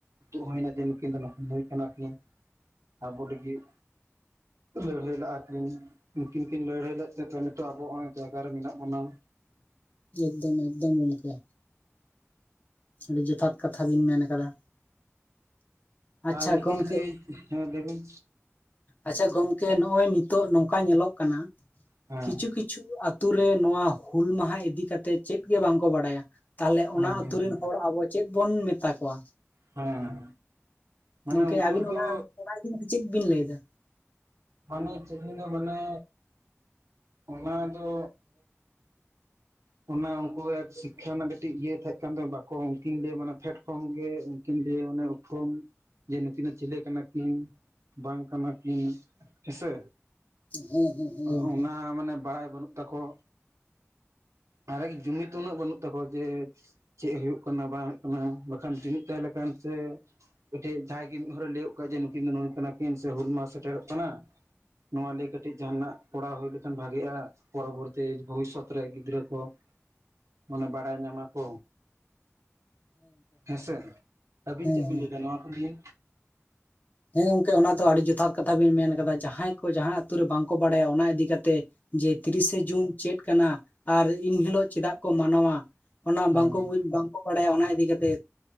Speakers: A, on the right; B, on the left.
A: ᱫᱩ ᱦᱩᱭᱱᱟ ᱠᱤᱱ ᱱᱩᱠᱤᱱ ᱫᱚᱠᱷ ᱦᱩᱭ ᱠᱟᱱᱟ ᱠᱤᱱ ᱟᱵᱚ ᱞᱟᱹᱜᱤᱫ᱾ ᱞᱟᱹᱲᱦᱟ. ᱭ ᱞᱟᱜ ᱠᱤᱱ᱾ ᱩᱱᱠᱤᱱ ᱠᱤᱱ ᱞᱟᱹᱲᱦᱟᱹᱭ ᱞᱮᱫ ᱛᱮ, ᱱᱤᱛᱚᱜ ᱟᱵᱚ ᱚᱱᱟ ᱡᱟᱭᱜᱟ ᱨᱮ ᱢᱮᱱᱟᱜ ᱵᱚᱱᱟ᱾
B: ᱮᱠᱫᱚᱢ ᱮᱠᱫᱚᱢ ᱜᱚᱢᱠᱮ᱾ ᱟᱹᱰᱤ ᱡᱚᱛᱷᱟᱛ ᱠᱟᱛᱷᱟ ᱵᱤᱱ ᱢᱮᱱ ᱟᱠᱟᱫᱟ᱾ ᱟᱪᱪᱷᱟ
A: ᱟᱨ ᱩᱱᱠᱤᱱ
B: ᱜᱚᱢᱠᱮ
A: ᱦᱮᱸ ᱞᱟᱹᱭ ᱵᱤᱱ
B: ᱟᱪᱪᱷᱟ ᱜᱚᱝᱠᱮ ᱱᱚᱜᱼᱚᱭ ᱱᱤᱛᱚᱜ ᱱᱚᱝᱠᱟ ᱧᱮᱞᱚᱜ ᱠᱟᱱᱟ,
A: ᱦᱮᱸ
B: ᱠᱤᱪᱷᱩ ᱠᱤᱪᱷᱩ ᱠᱤᱪᱷᱩ ᱟᱹᱛᱩ ᱨᱮ ᱱᱚᱣᱟ ᱦᱩᱞ ᱢᱟᱦᱟ ᱤᱫᱤ ᱠᱟᱛᱮᱫ ᱪᱮᱫ ᱜᱮ ᱵᱟᱝ ᱠᱚ ᱵᱟᱰᱟᱭᱟ? ᱛᱟᱦᱚᱞᱮ
A: ᱦᱮᱸ
B: ᱚᱱᱟ ᱟᱹᱛᱩ
A: ᱦᱮᱸ
B: ᱨᱮᱱ ᱦᱚᱲ ᱟᱵᱚ ᱪᱮᱫ ᱵᱚᱱ ᱢᱮᱛᱟ ᱠᱚᱣᱟ?
A: ᱦᱮᱸ ᱢᱟᱱᱮ
B: ᱜᱚᱝᱠᱮ
A: ᱩᱱᱠᱩ
B: ᱟᱵᱤᱱ
A: ᱫᱚ
B: ᱚᱱᱟ ᱚᱱᱟ ᱤᱫᱤ ᱠᱟᱛᱮ ᱪᱮᱫ ᱵᱤᱱ ᱞᱟᱹᱭ ᱮᱫᱟ?
A: ᱢᱟᱱᱮ ᱪᱮᱫ ᱞᱤᱧ ᱫᱚ ᱢᱟᱱᱮ ᱚᱱᱟ ᱫᱚ <inaudible> ᱚᱱᱟ ᱩᱱᱠᱩ ᱥᱤᱠᱠᱷᱟ ᱨᱮᱱᱟᱜ ᱠᱟᱹᱴᱤᱡ ᱤᱭᱟᱹ ᱛᱟᱦᱮᱸ ᱠᱟᱱ ᱫᱚ ᱵᱟᱠᱚ ᱩᱱᱠᱤᱱ ᱫᱤᱭᱮ ᱢᱟᱱᱮ ᱯᱷᱮᱰ ᱠᱷᱚᱱ ᱜᱮ, ᱩᱱᱠᱤᱱ ᱫᱤᱭᱮ ᱢᱟᱱᱮ ᱠᱷᱚᱱ ᱡᱮ ᱱᱩᱠᱤᱱ ᱫᱚ ᱪᱤᱞᱮ ᱠᱟᱱᱟ ᱠᱤᱱ ᱵᱟᱝ ᱠᱟᱱᱟ ᱠᱤᱱ? ᱦᱮᱸᱥᱮ,
B: ᱦᱮᱸ ᱦᱮᱸ
A: ᱚᱱᱟ ᱢᱟᱱᱮ ᱵᱟᱲᱟᱭ ᱵᱟᱹᱱᱩᱜ ᱛᱟᱠᱚ? ᱟᱨᱮ ᱡᱩᱢᱤᱫ ᱩᱱᱟᱹᱜ ᱵᱟᱹᱱᱩᱜ ᱛᱟᱠᱚᱣᱟ ᱡᱮ ᱪᱮᱫ ᱦᱩᱭᱩᱜ ᱠᱟᱱᱟ ᱵᱟᱝ ᱦᱩᱭᱩᱜ ᱠᱟᱱᱟ? ᱵᱟᱠᱷᱟᱱ ᱡᱩᱢᱤᱫ ᱛᱟᱦᱮᱸ ᱞᱮᱠᱷᱟᱱ ᱥᱮ ᱢᱤᱫᱴᱮᱡ ᱡᱟᱦᱟᱸᱭ ᱜᱮ ᱢᱤᱫ ᱦᱚᱲᱮ ᱞᱟᱹᱭᱟᱜ ᱠᱟᱱᱟ ᱡᱮ ᱱᱩᱠᱤᱱ ᱫᱚ ᱱᱩᱭ ᱠᱟᱱᱟ ᱠᱤᱱ ᱥᱮ ᱦᱩᱞ ᱢᱟᱦᱟᱸ ᱥᱮᱴᱮᱨᱚᱜ ᱠᱟᱱᱟ ᱾ ᱱᱚᱣᱟ ᱞᱟᱹᱭ ᱠᱟᱹᱴᱤᱡ ᱡᱟᱦᱟᱸᱱᱟᱜ ᱠᱚᱨᱟᱣ ᱦᱩᱭ ᱞᱮᱠᱷᱟᱱ ᱵᱷᱟᱹᱜᱤᱜᱼᱟ᱾ ᱯᱚᱨᱚᱵᱚᱨᱛᱤ ᱵᱷᱚᱵᱤᱥᱚᱛ ᱨᱮ ᱜᱤᱫᱽᱨᱟᱹ ᱠᱚ ᱢᱟᱱᱮ ᱵᱟᱲᱟᱭ ᱧᱟᱢᱟ ᱠᱚ᱾ ᱦᱮᱸ ᱥᱮ᱾ ᱟᱹᱵᱤᱱ
B: ᱦᱮᱸ
A: ᱪᱮᱫ ᱵᱤᱱ ᱞᱟᱹᱭ
B: ᱦᱮᱸ
A: ᱮᱫᱟ ᱱᱚᱣᱟ ᱠᱚ ᱱᱤᱭᱮ?
B: ᱦᱮᱸ ᱜᱚᱝᱠᱮ ᱚᱱᱟ ᱫᱚ ᱟᱹᱰᱤ ᱡᱚᱛᱷᱟᱛ ᱠᱟᱛᱷᱟ ᱵᱮᱱ ᱢᱮᱱ ᱠᱟᱫᱟ᱾ ᱡᱟᱦᱟᱸᱭ ᱠᱚ ᱡᱟᱦᱟᱸ ᱟᱹᱛᱩ ᱨᱮ ᱵᱟᱝ ᱠᱚ ᱵᱟᱲᱟᱭᱟ᱾ ᱚᱱᱟ ᱤᱫᱤ ᱠᱟᱛᱮ ᱡᱮ ᱛᱤᱨᱤᱥᱮ ᱡᱩᱱ ᱪᱮᱫ ᱠᱟᱱᱟ ᱟᱨ ᱮᱱᱦᱤᱞᱚᱜ ᱪᱮᱫᱟᱜ ᱠᱚ ᱢᱟᱱᱟᱣᱟ? ᱚᱱᱟ
A: ᱦᱩᱸ
B: ᱵᱟᱝ
A: ᱦᱮᱸ
B: ᱠᱚ ᱵᱟᱝ ᱠᱚ ᱵᱟᱲᱟᱭᱟ ᱚᱱᱟ ᱤᱫᱤ ᱠᱟᱛᱮ